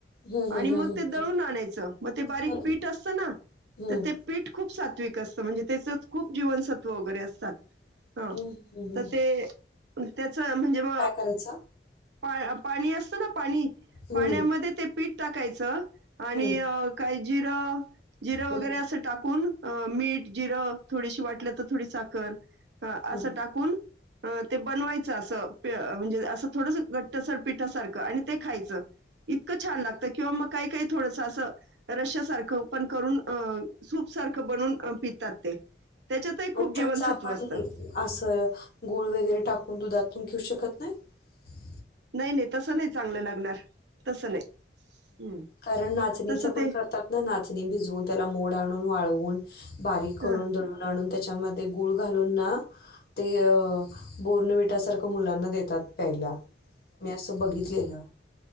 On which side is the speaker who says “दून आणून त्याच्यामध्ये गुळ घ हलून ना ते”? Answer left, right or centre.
Left